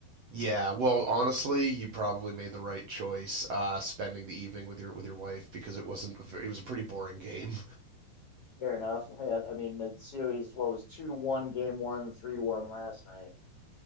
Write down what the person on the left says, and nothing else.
Fair enough. Yeah, I mean the series what was two to one game one, three to one last night.